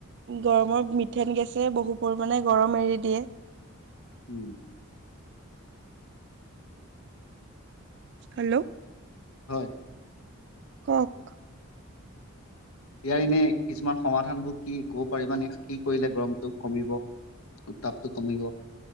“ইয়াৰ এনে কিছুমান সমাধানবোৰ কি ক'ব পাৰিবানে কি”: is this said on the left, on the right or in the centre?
Left